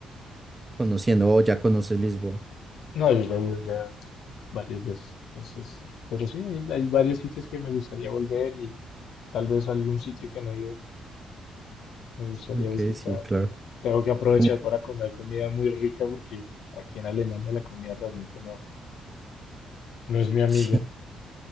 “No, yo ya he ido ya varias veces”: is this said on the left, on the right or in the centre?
Left